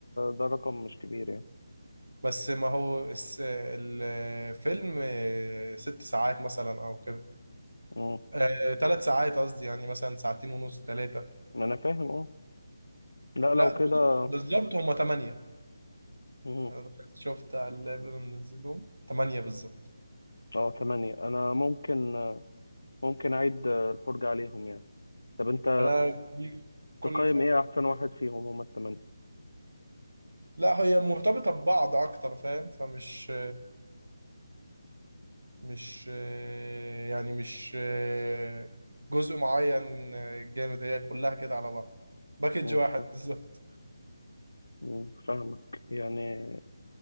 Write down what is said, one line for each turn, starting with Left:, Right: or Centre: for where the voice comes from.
Left: ده رقم مش كبير يعني
Right: بس ما هو الس- الفيلم ست ساعات مثلا او كده
Left: مم.
Right: آه، تلات ساعات قصدي يعني مثلا ساعتين ونص تلاتة
Left: ما أنا فاهم اه لا لو
Right: لا
Left: كده
Right: بالظبط هما تمانية
Left: مم.
Right: انا دخلت شفت على اللاب اللي منزلهم تمانية بالظبط
Left: اه تمانية أنا ممكن ممكن أعيد الفرجة عليهم يعني طب أنت
Right: انا بيجي كل
Left: تقيم
Right: فترة
Left: إيه أحسن واحد فيهم هما التمانية
Right: لا هي مرتبطة ببعض اكتر فاهم فمش مش آه، يعني مش آه، جزء معين آه، جامد هي كلها كده على بعض باكج
Left: مم.
Right: واحد
Left: ف-
Right: بالظبط
Left: مم. فاهمك يعني